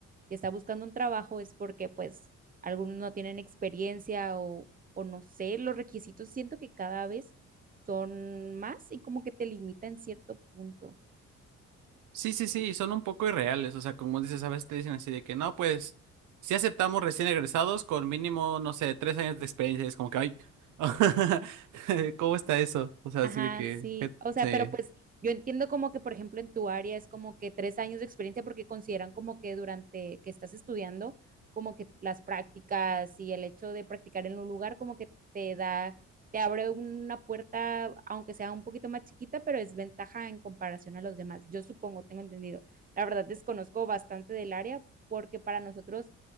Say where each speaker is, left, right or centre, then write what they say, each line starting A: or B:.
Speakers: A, on the right; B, on the right.
A: que está buscando un trabajo es porque pues algunos no tienen experiencia o, o no sé, los requisitos siento que cada vez son más y como que te limitan en cierto punto.
B: Sí, sí, sí, son un poco irreales. O sea, como dices, a veces te dicen así de que no, pues, si aceptamos recién egresados con mínimo, no sé, tres años de experiencia. Y es como que, ay, <laughs> ¿cómo está eso? O sea,
A: Ajá,
B: así de que,
A: sí.
B: que
A: O sea,
B: se...
A: pero pues yo entiendo como que, por ejemplo, en tu área es como que tres años de experiencia porque consideran como que durante que estás estudiando, como que las prácticas y el hecho de practicar en un lugar como que te da, te abre una puerta, aunque sea un poquito más chiquita, pero es ventaja en comparación a los demás. Yo supongo, tengo entendido. La verdad desconozco bastante del área porque para nosotros